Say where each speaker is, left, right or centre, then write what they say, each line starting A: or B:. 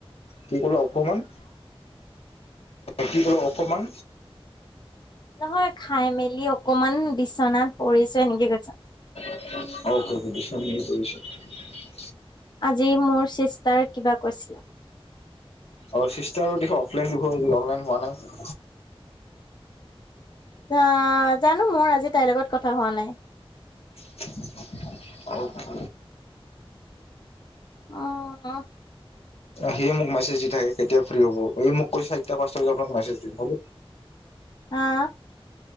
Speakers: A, on the left; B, on the left.
A: কি কলা অপমান -কি কলাঅপমান
B: নহয় খাই মেলি অকমান বিচনাত পৰিছো এনকে কৈছোঁ।
A: <unintelligible>
B: আজি মোৰ ছিষ্টাৰ কিবা কৈছিল
A: আৰু চিষ্টাৰৰ দিখো অফলাইন দিখো অনলাইন হোৱা নাই।
B: আহ, জানো মোৰ আজি তাইৰ লগত কথা হোৱা নাই।
A: <unintelligible>
B: অ', - অ',
A: সিয়ে মোক মেছেজ দি থাকে কেতিয়া ফ্ৰী হব এই মোক কৈছে চাৰটা- পাঁচটা বজাত আপোনাক মেছেজ দিম হ'ব
B: হা